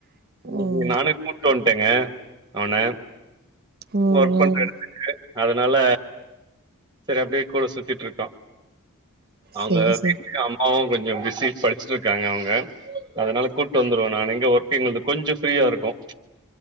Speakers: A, on the right; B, on the right.
A: இன்னைக்கி
B: ம்
A: நானே கூட்டு வன்டங்க அவன
B: ம்
A: ஒர்க் பண்ற
B: ம்
A: இடத்துக்கு அதனால செரி அப்டே கூட சுத்திட்டுருக்கான் அவுங்க
B: செரி செரி
A: வீட்ல அவுங் கொஞ்ச பிஸி படிச்சுட்டுருக்காங்க அவங்க அதனால கூட்டு வந்துருவே நானு இங்க ஒர்க்கு எங்கள்து கொஞ்ச ஃப்ரீயா இருக்கு